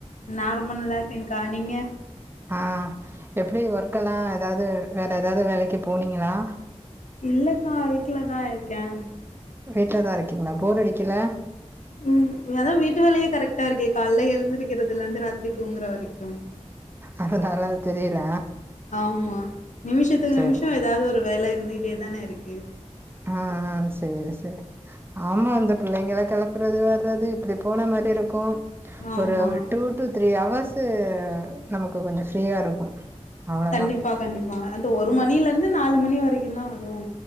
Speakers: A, on the left (about 80°); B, on the right (about 20°).
A: நா ரொம்ப நல்லா இருக்கேங்கா நீங்க
B: ஆ எப்டி ஒர்க் எல்லா ஏதாது வேற ஏதாது வேலைக்கு போனீங்களா
A: இல்லக்கா வீட்ல தா இருக்கேன்
B: வீட்லதா இருக்கீங்களா போர் அடிக்கல
A: உம் அதா வீட்டு வேலயே கரெக்டா இருக்கே காால்ல எந்திருக்கறதுல இருந்து ராத்திரி தூங்கற வரைக்கும்
B: அதனால அது தெரியல
A: ஆமா நிமிஷத்துக்கு
B: சேரி
A: நிமிஷ ஏதாவது ஒரு வேல இருந்துகிட்டே தானே இருக்கு
B: ஆ சரி சரி ஆமா அந்த பிள்ளைங்கள களப்புறது வர்றது இப்டி போன மாரி இருக்கு
A: ஆமா
B: ஒரு டூ ட்டு த்ரீ ஹர்ஸ் நமக்கு கொஞ்ச ஃப்ரீயா இருக்கு அவ்ளோதா
A: கண்டிப்பா கண்டிப்பா அது ஒரு மணிலந்து நாலு மணி வரைக்கு தா அதுவு